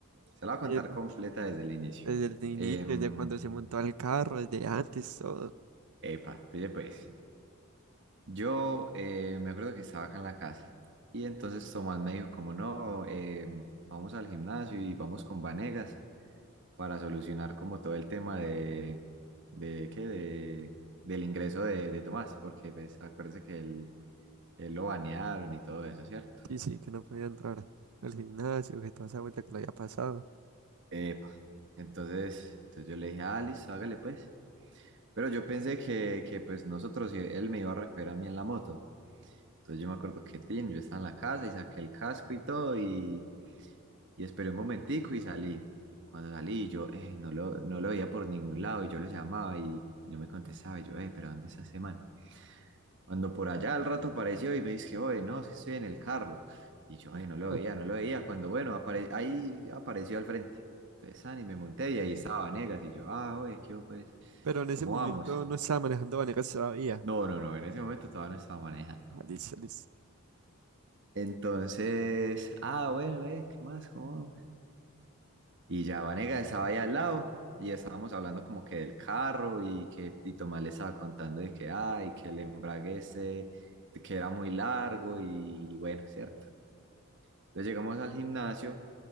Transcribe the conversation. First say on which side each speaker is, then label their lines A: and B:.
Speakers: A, on the right (about 55°); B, on the right (about 80°).
A: Se la voy a
B: Eh,
A: contar completa desde el inicio.
B: Desde el inicio,
A: Em,
B: desde cuando se montó al carro, desde antes, todo.
A: epa, pille pues. Yo eh, me acuerdo que estaba acá en la casa y entonces Tomás me dijo como no, eh, vamos al gimnasio y vamos con Vanegas para solucionar como todo el tema de, de ¿qué? De, del ingreso de, de Tomás, porque pues acuérdese que él, él lo banearon y todo eso, ¿cierto?
B: Sí, sí, que no podía entrar al gimnasio, que toda esa vuelta que lo había pasado.
A: Epa. Entonces, entonces yo le dije, ah, listo, hágale pues. Pero yo pensé que, que pues nosotros, y él me iba a recoger a mí en la moto. Entonces yo me acuerdo que, tin, yo estaba en la casa y saqué el casco y todo y... Y esperé un momentico y salí. Cuando salí, yo eh, no lo, no lo veía por ningún lado y yo lo llamaba y, y no me contestaba. Y yo, eh, pero ¿dónde está ese man? Cuando por allá al rato apareció y me dice, oye, no, es que estoy en el carro. Y yo, eh, no
B: <laughs>
A: lo veía, no lo veía. Cuando, bueno, apare- ahí apareció al frente. Entonces, ah, y me monté y ahí estaba Vanegas. Y yo, ah, oye, ¿qué hubo, pues?
B: Pero en
A: ¿Cómo
B: ese momento
A: vamos?
B: no estaba manejando Vanegas todavía.
A: No, no, no, en ese momento todavía no estaba manejando.
B: Ah, listo, listo.
A: Entonces, ah, bueno, eh, ¿qué más? ¿Cómo vamos? Y ya Vanega estaba ahí al lado y estábamos hablando como que del carro y que y Tomás le estaba contando de que ay, que el embrague ese, que era muy largo y, bueno, cierto. Entonces llegamos al gimnasio,